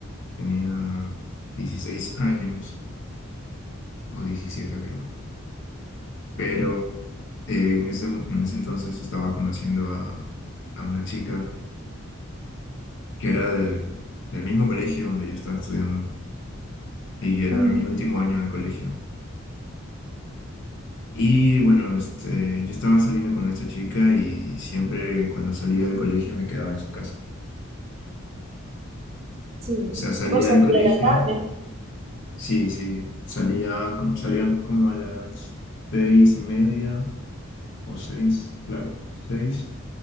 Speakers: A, on the left (about 60°); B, on the right (about 30°).
A: Tenía 16 años o 17 creo. Pero eh, en ese, en ese entonces estaba conociendo a, a una chica que era del, del mismo colegio donde yo estaba estudiando y era
B: Ujú,
A: mi último año de colegio. Y bueno, este, yo estaba saliendo con esta chica y siempre cuando salía del colegio me quedaba en su casa.
B: Sí,
A: O sea, salía
B: vos
A: del
B: salías
A: colegio,
B: a la tarde.
A: sí, sí, salía, com- salía como a las seis y media o seis, claro, seis.